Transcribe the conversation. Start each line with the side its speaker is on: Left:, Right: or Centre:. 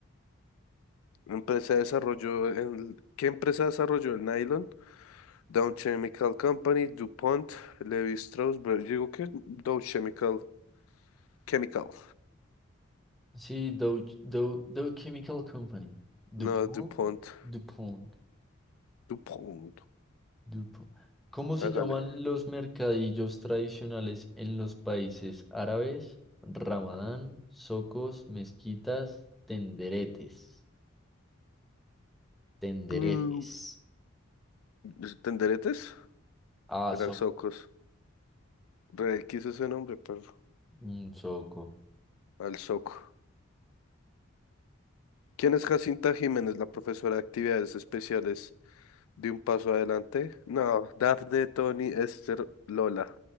Left: Empresa desarrolló el, ¿qué empresa desarrolló el nylon? Dow Chemical Company, DuPont, Levi Strauss, pero yo digo que Dow Chemical, Chemical.
Centre: sí, Dow, Dow- Dow Chemical Company. DuPont,
Left: No, DuPont,
Centre: DuPont,
Left: DuPont.
Centre: DuPont. ¿Cómo se
Left: Hágale.
Centre: llaman los mercadillos tradicionales en los países árabes? Ramadán, socos, mezquitas, tenderetes. Tenderetes.
Left: Mm, pues, ¿Tenderetes?
Centre: Ah,
Left: Era Socos. Re X ese nombre, pero
Centre: Un soco.
Left: Al Soco. ¿Quién es Jacinta Jiménez, la profesora de actividades especiales de Un Paso Adelante? No, Dafne, Tony, Esther, Lola.